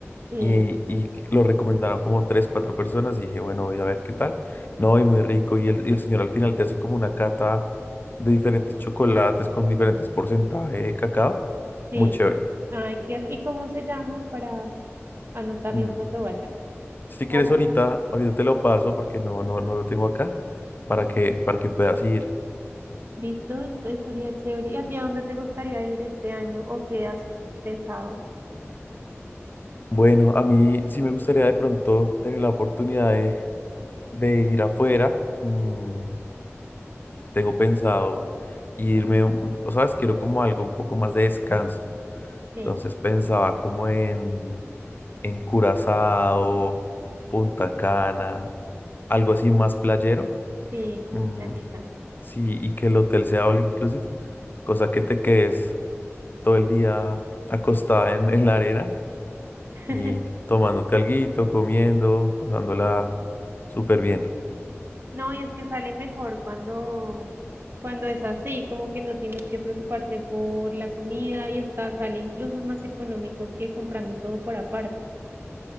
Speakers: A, on the right; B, on the left.
A: sí.
B: y, y lo recomendaron como tres, cuatro personas y dije, bueno, voy a ver qué tal. No, y muy rico. Y el, y el señor al final te hace como una cata de diferentes chocolates con diferentes porcentajes de cacao.
A: Sí.
B: Muy chévere.
A: Ay, qué... ri- ¿Y cómo se llama para anotarlo
B: Mm.
A: cuando vaya?
B: Si
A: Como-
B: quieres ahorita, ahorita te lo paso porque no, no, no lo tengo acá para que, para que puedas ir.
A: Listo, esto estaría chévere. ¿Y a ti a dónde te gustaría ir este año o qué has pensado?
B: Bueno, a mí sí me gustaría de pronto tener la oportunidad de, de ir afuera. Mm, tengo pensado irme, un- o sabes, quiero como algo un poco más de descanso.
A: Sí,
B: Entonces pensaba como en, en Curazao, Punta Cana, algo así más playero.
A: sí, como
B: Mm,
A: playita.
B: sí, y que el hotel sea all inclusive, cosa que te quedes. todo el día acostada en, en la arena
A: <laughs>
B: y tomándote alguito, comiendo, pasándola súper bien.
A: No, y es que sale mejor cuando, cuando es así, como que no tienes que preocuparte por la comida y hasta sale incluso más económico que comprando todo por aparte.